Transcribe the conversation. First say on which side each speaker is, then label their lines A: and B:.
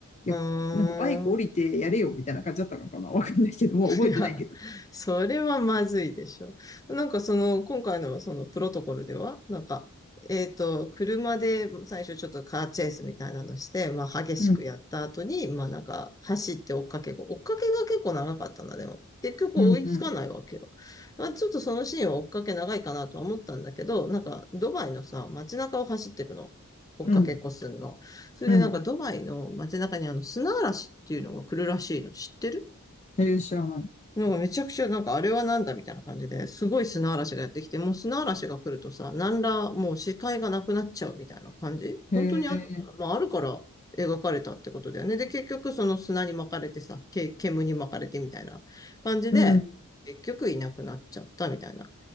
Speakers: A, on the left; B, on the left.
A: う
B: いや、なんかバイク降りてやれよみたいな感じだったのかな。
A: ーん。
B: わかんないけど、もう覚えてないけど。
A: いや、それはまずいでしょ。なんかその、今回のそのプロトコルでは、なんか、えっと、車で最初ちょっとカーチェイスみたいなのして、まあ激しくやった後に、
B: うん、
A: まあなんか走って追っかけご、追っかけが結構長かったな、でも。結局追いつかないわけよ。
B: うん、うん、
A: まあちょっとそのシーンは追っかけ長いかなとは思ったんだけど、なんかドバイのさ、街中を走ってるの。追っかけっこすんの。
B: うん、
A: それでなんかドバイの街中にあの砂嵐っていうのが来るらしいの。
B: うん。
A: 知ってる
B: へえ、知らない。
A: なんかめちゃくちゃ、なんかあれはなんだみたいな感じで、すごい砂嵐がやってきて、もう砂嵐が来るとさ、何らもう視界がなくなっちゃうみたいな感じ本当にあるのかなまああるから描かれたってことだよね。
B: へえ、
A: で、結局その砂に巻かれてさ、け、煙に巻かれてみたいな感じで、
B: うん、
A: 結局いなくなっちゃったみたいな。